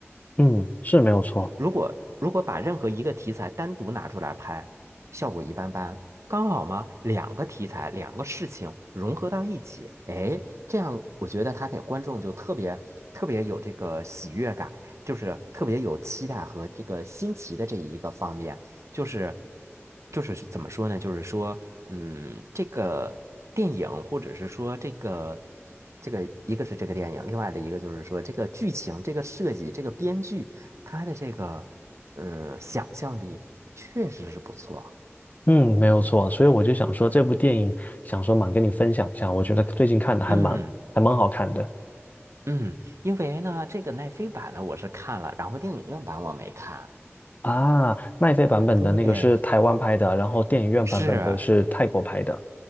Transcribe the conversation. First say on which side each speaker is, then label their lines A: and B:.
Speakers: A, on the left (about 35°); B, on the right (about 80°).
A: 嗯，是没有错，
B: 如果如果把任何一个题材单独拿出来拍，效果一般般。刚好嘛，两个题材，两个事情融合到一起，哎，这样我觉得他给观众就特别特别有这个喜悦感，就是特别有期待和这个新奇的这一个方面，就是就是是怎么说呢？就是说，嗯，这个电影或者是说这个这个，一个是这个电影，另外的一个就是说这个剧情、这个设计、这个编剧。他的这个呃想象力确实是不错。
A: 嗯，没有错，所以我就想说这部电影，想说蛮跟你分享一下，我觉得最近看的还蛮还蛮好看的
B: 嗯嗯，因为呢，这个奈飞版呢我是看了，然后电影院版我没看。
A: 啊。奈飞版本的那个是台湾拍的，
B: 对，
A: 然后电影院版本的是泰国拍的。
B: 是，